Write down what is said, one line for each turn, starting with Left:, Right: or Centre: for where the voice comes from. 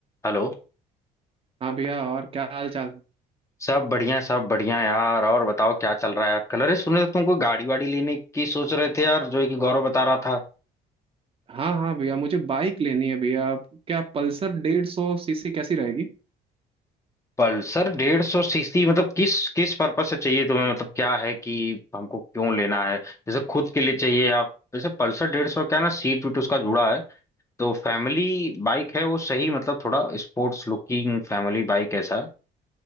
Left: Hello
Right: हाँ भैया और क्या हाल चाल
Left: सब बढ़िया सब बढ़िया यार और बताओ क्या चल रहा है यार कल अरे सुने तो तुमको गाड़ी वाड़ी लेने की सोच रहे थे यार जो है कि गौरव बता रहा था
Right: हाँ हाँ भैया मुझे बाइक लेनी है भैया क्या पल्सर डेढ़ सौ सीसी कैसी रहेगी
Left: पल्सर डेढ़ सौ सीसी मतलब किस किस पर्पज से चाहिए तुम्हें मतलब क्या है कि हमको क्यों लेना है जैसे खुद के लिए चाहिए या जैसे पल्सर डेढ़ सौ क्या है ना सीट वीट उसका जुड़ा है तो फैमिली बाइक है वो सही मतलब थोड़ा स्पोर्ट्स लुकिंग फैमिली बाइक ऐसा